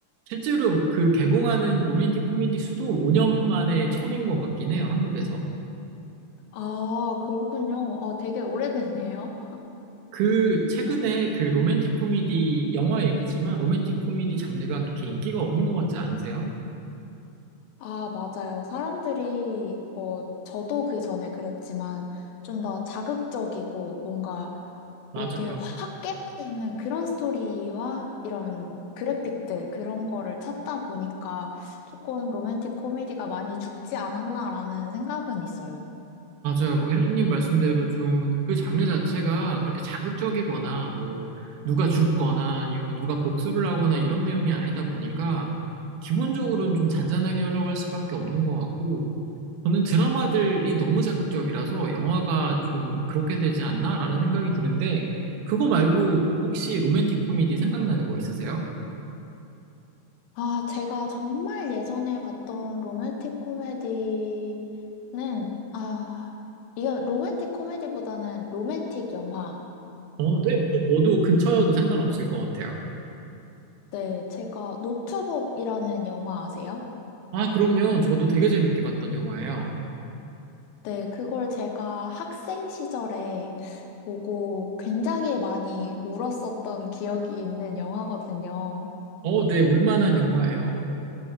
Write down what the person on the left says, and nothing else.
아, 그렇군요. 아, 되게 오래됐네요.
아, 맞아요. 사람들이, 뭐, 저도 그 전에 그랬지만, 좀 더 자극적이고, 뭔가,
이렇게 확 깰 수 있는 그런 스토리와 이런 그래픽들, 그런 거를 찾다 보니까, 조금 로맨틱 코미디가 많이 죽지 않았나라는 생각은 있어요.
아, 제가 정말 예전에 봤던 로맨틱 코미디는, 아, 이게 로맨틱 코미디보다는 로맨틱 영화로
네, 제가 노트북이라는 영화 아세요?
네, 그걸 제가 학생 시절에 보고 굉장히 많이 울었었던 기억이 있는 영화거든요.